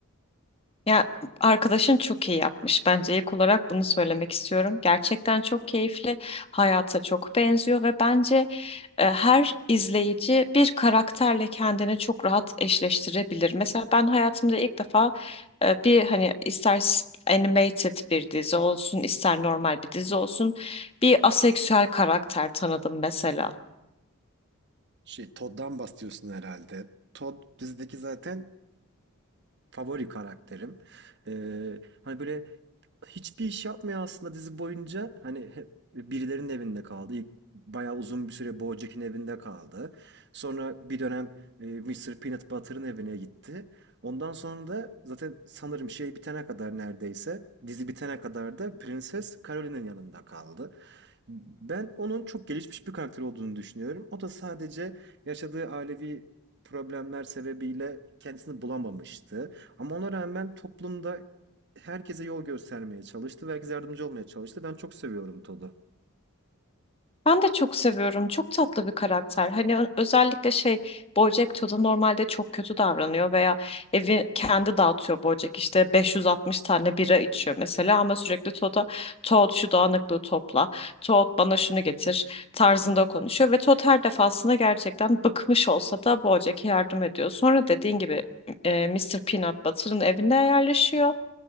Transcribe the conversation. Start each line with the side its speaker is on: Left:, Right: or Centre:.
Left: Ya arkadaşın çok iyi yapmış. Bence ilk olarak bunu söylemek istiyorum. Gerçekten çok keyifli, hayata çok benziyor ve bence e, her izleyici bir karakterle kendini çok rahat eşleştirebilir. Mesela ben hayatımda ilk defa e, bir hani ister s- animated bir dizi olsun, ister normal bir dizi olsun bir aseksüel karakter tanıdım mesela.
Right: Şey, Todd'dan bahsediyorsun herhalde. Todd dizideki zaten favori karakterim. E, hani böyle hiçbir iş yapmıyor aslında dizi boyunca. Hani hep birilerinin evinde kaldı. İlk bayağı uzun bir süre BoJack'in evinde kaldı. Sonra bir dönem e, Mr. Peanut Butter'ın evine gitti. Ondan sonra da zaten sanırım şey bitene kadar neredeyse dizi bitene kadar da Prenses Caroline'in yanında kaldı. Ben onun çok gelişmiş bir karakter olduğunu düşünüyorum. O da sadece yaşadığı ailevi problemler sebebiyle kendisini bulamamıştı. Ama ona rağmen toplumda herkese yol göstermeye çalıştı ve herkese yardımcı olmaya çalıştı. Ben çok seviyorum Todd'u.
Left: Ben de çok seviyorum. Çok tatlı bir karakter. Hani ö- özellikle şey BoJack Todd normalde çok kötü davranıyor veya evi kendi dağıtıyor BoJack. İşte 560 tane bira içiyor mesela ama sürekli Todd'a Todd şu dağınıklığı topla, Todd bana şunu getir tarzında konuşuyor ve Todd her defasında gerçekten bıkmış olsa da BoJack'e yardım ediyor. Sonra dediğin gibi e, Mr. Peanut Butter'ın evinde yerleşiyor.